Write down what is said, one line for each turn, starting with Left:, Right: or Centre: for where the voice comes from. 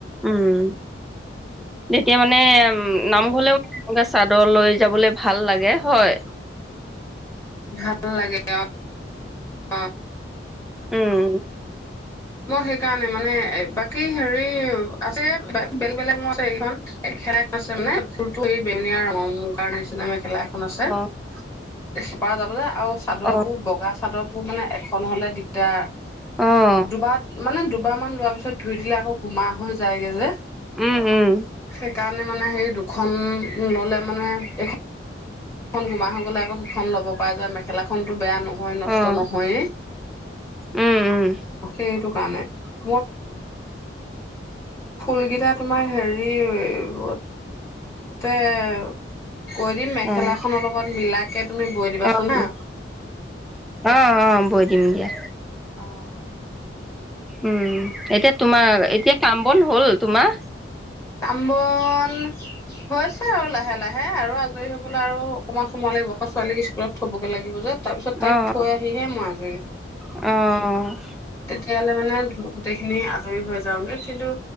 Centre: উম। তেতিয়া মানে উম <unintelligible> <unintelligible> লৈ যাবলে ভাল লাগে হয়
Left: ভাল লাগে অ অ'
Centre: উম।
Left: মই সেইকাৰণে মানে বাকি হেৰি আছে বেলেগ বেলেগ মোৰ <unintelligible> <unintelligible> ধুনীয়া ৰং মুগাৰ নিচিনা মেখেলা এখন আছে।
Centre: অ
Left: <unintelligible> আৰু চাদৰ
Centre: অ',
Left: বোৰ বগা চাদৰ মোৰ মানে এখন হলে দিগদাৰ।
Centre: অ'
Left: বাত মানে দুবাৰ মান লোৱাৰ পিছত ধুই দিলে আকৌ গোমা হৈ যায়গে যে
Centre: উম, উম,
Left: সেইকাৰণে মানে হে দু খন ল'লে মানে এইখন খন গোমা হৈ গ'লে আকৌ সিখন ল'ব পৰা যায় মেখেলাখনতো বেয়া নহয়। নষ্ট
Centre: অ',
Left: নহয়েই।
Centre: উম, উম,
Left: সেইটো কাৰণে। মোৰ ফুলকেইটা তোমাৰ হেৰি <unintelligible> <unintelligible> কৈ দিম মেখেলা
Centre: অ',
Left: খনৰ লগত মিলাকে তুমি বৈ দিবাচোন
Centre: অ',
Left: হা
Centre: অ', অ', বৈ দিম দিয়া।
Left: অ'
Centre: উম। এতিয়া তোমাৰ এতিয়া কাম অ কণ হ'ল তোমাৰ।
Left: কাম বন। হৈছে আৰু লাহে লাহে। হে আৰু আজৰি হবলৈ আৰু অকনমান সময় লাগিব আকৌ ছোৱালীক স্কুলত থ'বগৈ লাগিব যে। তাৰপিছত তাইক
Centre: অ',
Left: থৈ আহিহে মই
Centre: অ',
Left: তেতিয়াহ'লে মানে গোটেই খিনি হেৰী হৈ যাও কিন্তু